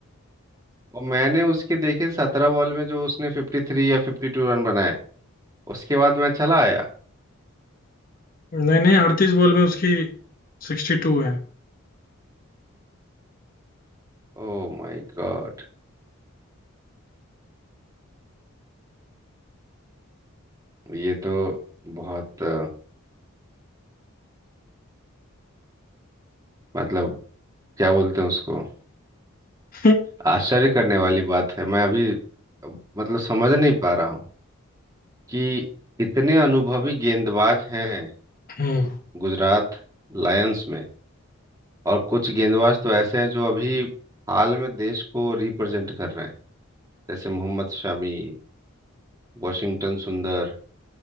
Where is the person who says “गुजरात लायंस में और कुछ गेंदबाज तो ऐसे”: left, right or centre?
Right